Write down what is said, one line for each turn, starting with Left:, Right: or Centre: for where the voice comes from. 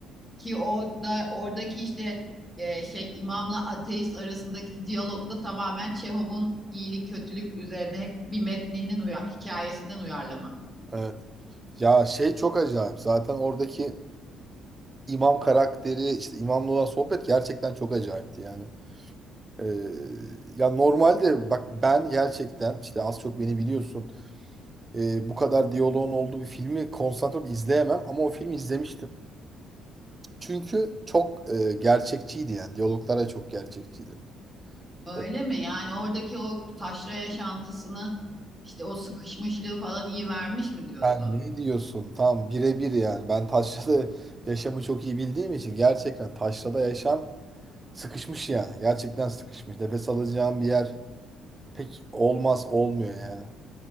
Centre: Ki o da oradaki işte e, şey imamla ateist arasındaki diyalog da tamamen Çehov'un iyilik kötülük üzerine bir metninin uyar, hikayesinden uyarlama.
Right: Evet. Ya şey çok acayip. Zaten oradaki imam karakteri işte imamla olan sohbet gerçekten çok acayipti yani. Ee, ya normalde bak ben gerçekten işte az çok beni biliyorsun. Ee, bu kadar diyaloğun olduğu bir filmi konsantre olup izleyemem ama o filmi izlemiştim. Çünkü çok e, gerçekçiydi yani. Diyaloglar da çok gerçekçiydi.
Centre: Öyle
Right: Evet.
Centre: mi? Yani oradaki o taşra yaşantısını işte o sıkışmışlığı falan iyi vermiş mi diyorsun?
Right: Sen ne diyorsun? Tam birebir yani. Ben taşrada <laughs> yaşamı çok iyi bildiğim için gerçekten taşrada yaşam Sıkışmış yani. Gerçekten sıkışmış. Nefes alacağım bir yer pek olmaz olmuyor yani.